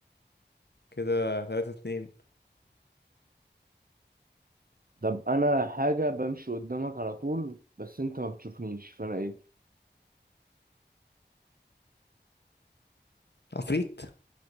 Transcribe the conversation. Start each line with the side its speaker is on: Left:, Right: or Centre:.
Left: كده تلاتة اتنين
Right: طب انا حاجه بمشي قدامك على طول بس انت ما بتشوفنيش فانا ايه
Left: عفريت